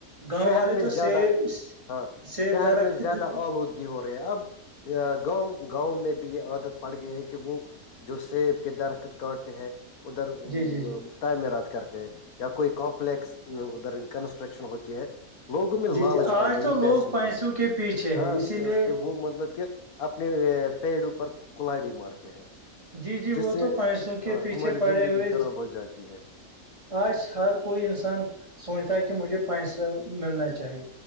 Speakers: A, on the right; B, on the left.
A: گاؤں
B: شہر
A: والے
B: میں
A: تو سیب
B: زیادہ ہاں
A: سیب
B: شہر
A: درخت
B: میں زیادہ
A: جی جی
B: آلودگی ہو رہی ہے اب گاؤں گاؤں میں یہ عادت پڑ گئی ہیں کہ وہ جو سیب کے درخت کاٹتے ہیں ادھر
A: جی جی
B: میںراد کرتے یا کوئی کو س ادھر کنسٹرکشن ہوتے ہے لوگوں میں لالچ
A: جی جی
B: پڑ
A: آج
B: گئی
A: تو لوگ
B: پیسوں کی
A: کے پیچھے
B: ہاںس
A: ہے اسی لیے
B: کے وہ مطلب کہ اپنے پیڑوپر کلاڑی مارتے ہیں
A: جی جی
B: جس
A: وہ
B: سے
A: تو پیسوں کے
B: ہاں
A: پیچھے
B: ہماری
A: پڑے
B: زندگی
A: ہوئے
B: خراب ہو جاتی ہے
A: آج ہر کوئی انسان سوچتا ہے کہ مجھے پیسہ ملنا چاہیے